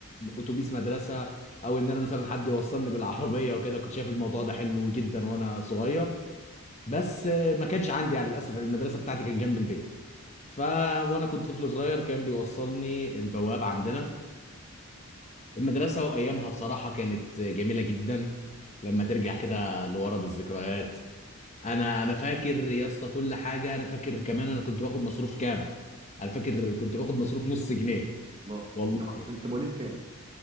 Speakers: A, on the left (about 30°); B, on the right (about 25°).
A: اتوبيس مدرسه او ان انا مثلا حد يوصلني بالعربيه وكده كنت شايف الموضوع ده حلو جدا وانا صغير بس آه، ما كانش عندي يعني للاسف المدرسه بتاعتي كان جنب البيت ف وانا كنت طفل صغير كان بيوصلني البواب عندنا المدرسه وايامها بصراحه كانت جميله جدا لما ترجع كده لورا بالذكريات انا انا فاكر يا اسطى كل حاجه انا فاكر كمان انا كنت باخد مصروف كام انا فاكر كنت باخد مصروف نص جنيه
B: الله
A: والله
B: طب انت مواليد كام